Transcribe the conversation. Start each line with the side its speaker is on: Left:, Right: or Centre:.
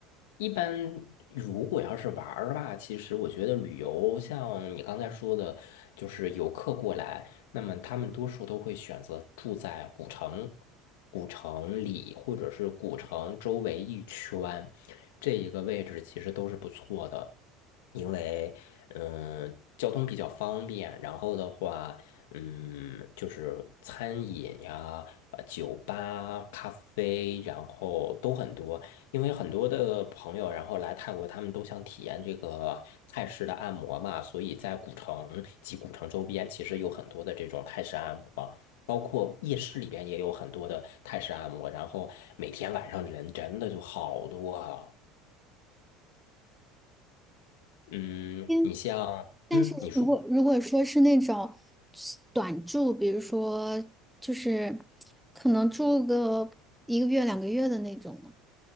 Left: 一般如果要是玩儿吧，其实我觉得旅游像你刚才说的，就是游客过来，那么他们多数都会选择住在古城、古城里或者是古城周围一圈，这一个位置其实都是不错的，因为嗯、交通比较方便，然后的话。嗯，就是餐饮呀、呃酒吧、咖啡，然后都很多。因为很多的朋友，然后来泰国，他们都想体验这个泰式的按摩嘛，所以在古城及古城周边，其实有很多的这种泰式按摩，包括夜市里边也有很多的泰式按摩。然后每天晚上人真的就好多啊。嗯，
Centre: 嗯，
Left: 你像，
Centre: 但是如果如果说是那种
Left: 嗯，你说，
Centre: 短住，比如说就是可能住个一个月两个月的那种呢，